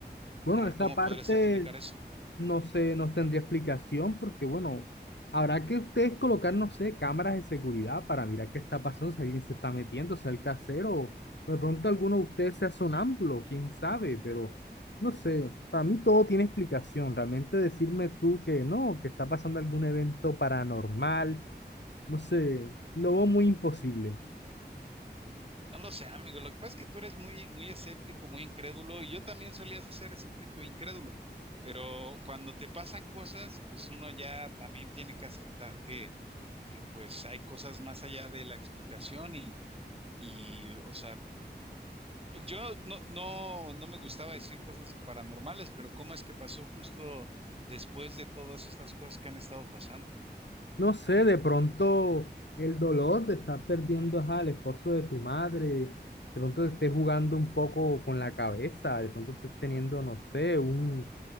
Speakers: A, on the left; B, on the right.
A: bueno,
B: A
A: esa
B: ver, ¿cómo
A: parte
B: podrías explicar eso?
A: no sé, no tendría explicación porque, bueno, habrá que ustedes colocar, no sé, cámaras de seguridad para mirar qué está pasando, si alguien se está metiendo, si el casero, o de pronto alguno de ustedes sea sonámbulo, quién sabe, pero no sé, para mí todo tiene explicación. Realmente decirme tú que no, que está pasando algún evento paranormal, no sé, lo veo muy imposible.
B: No lo sé, amigo. Lo que pasa es que tú eres muy, muy escéptico, muy incrédulo, y yo también solía ser escéptico e incrédulo. Pero cuando te pasan cosas, pues uno ya también tiene que aceptar que, que pues hay cosas más allá de la explicación y, y, o sea, yo no, no, no me gustaba decir cosas paranormales, pero ¿cómo es que pasó justo después de todas estas cosas que han estado pasando?
A: No sé, de pronto el dolor de estar perdiendo ajá, al esposo de tu madre, de pronto te estés jugando un poco con la cabeza, de pronto estés teniendo, no sé, un,